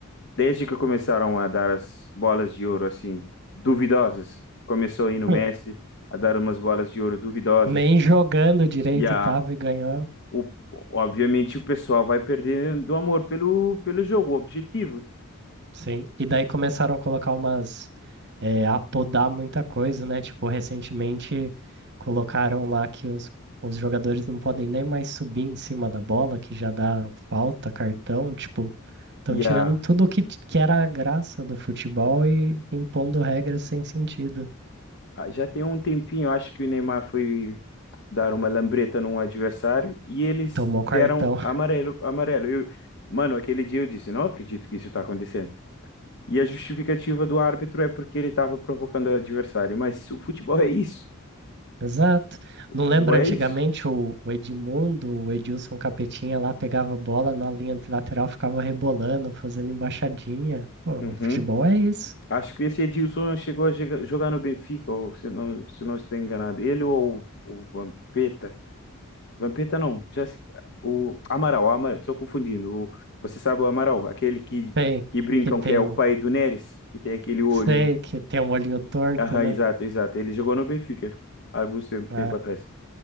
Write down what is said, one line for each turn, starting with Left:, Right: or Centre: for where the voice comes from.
Left: desde que começaram a dar as bolas de ouro assim, duvidosas, começou aí no
Right: Hum,
Left: Messi a dar umas bolas de ouro duvidosas.
Right: Nem jogando direito
Left: E a
Right: tava e ganhou
Left: o- obviamente o pessoal vai perdendo o amor pelo, pelo jogo, o objetivo.
Right: Sim. E daí começaram a colocar umas. é, a podar muita coisa, né? Tipo, recentemente colocaram lá que os, os jogadores não podem nem mais subir em cima da bola, que já dá falta, cartão. Tipo, estão
Left: E
Right: tirando
Left: a,
Right: tudo que, t- que era a graça do futebol e impondo regras sem sentido.
Left: a- já tem um tempinho, eu acho que o Neymar foi dar uma lambreta num adversário e eles
Right: Tomou cartão.
Left: deram amarelo, amarelo. Eu, mano, aquele dia eu disse, não acredito que isso está acontecendo. E a justificativa do árbitro é porque ele estava provocando o adversário. Mas o futebol é isso.
Right: Exato.
Left: O
Right: Não
Left: futebol
Right: lembra
Left: é
Right: antigamente
Left: isso.
Right: o, o Edmundo, o Edilson Capetinha lá pegava a bola na linha de lateral, ficava rebolando, fazendo embaixadinha. Pô,
Left: Uhum.
Right: o futebol é isso.
Left: Acho que esse Edilson chegou a jega- jogar no Benfica, ou se não, se não estou enganado. Ele ou o o Vampeta. Vampeta não. Já, se- o Amaral, Amaral, estou confundindo. O- você sabe o Amaral, aquele que,
Right: Sei
Left: que brincam
Right: que tem
Left: que é o
Right: o,
Left: pai do Neres, que tem aquele olho.
Right: sei que tem um olhinho torto,
Left: Ah,
Right: né?
Left: exato, exato. Ele jogou no Benfica há alguns tempo,
Right: É,
Left: tempo atrás.